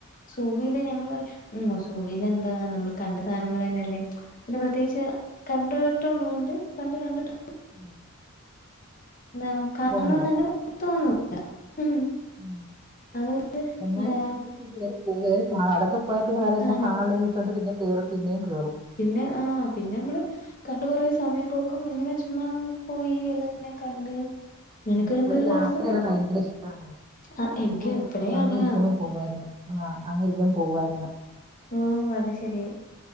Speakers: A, on the left; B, on the right.
A: സുവിയില് ഞങ്ങള് പറിം ഉം സുവിൽ എന്താ നമ്മൾ കണ്ട സാധനങ്ങൾ തന്നെല്ലേ. പിന്നെ പ്രത്യേകിച്ച് കണ്ട്ട്ടുള്ളതുകൊണ്ട് പണ്ട് കണ്ട്ട്ട്
B: ഉം
A: എന്താ കാണണോന്നങ്ങനെ
B: പോകുല
A: തോന്നൂല ഉം
B: ഉം
A: അത്
B: എന്നാലും
A: എന്താ
B: പിന്നെ <unintelligible> <unintelligible> കാടൊക്കെ പോയാ പിന്നെ വേറെ എന്താ
A: ആഹ്
B: കാണാനുള്ളോന്ന്യ്ച്ചാണ്ട് പിന്നെ കേറും പിന്നെ കേറും.
A: പിന്നെ ആഹ് പിന്നെ നമ്മള് കണ്ട് കൊറേ സമയം പോക്കും ഇങ്ങനെ ചുമ്മാ പോയി എല്ലാത്തിനെയും കണ്ട് അങ്ങനൊക്കെ
B: ഉമ്
A: വരുമ്പോ
B: ഇവടെ
A: ഒരു
B: യാത്രയാണ
A: രസം
B: ഭയങ്കര ഇഷ്ടമാണ്
A: ആഹ് എനിക്ക്
B: അപ്പൊ
A: ഇവിടേം
B: അങ്ങെ
A: അങ്ങനാ
B: ഇരിക്കുമ്പം പോകായ്രുന്നു ആഹ് അങ്ങ ഇരിക്കുമ്പോ പോവായിരുന്ന
A: ഉമ് അത് ശെരി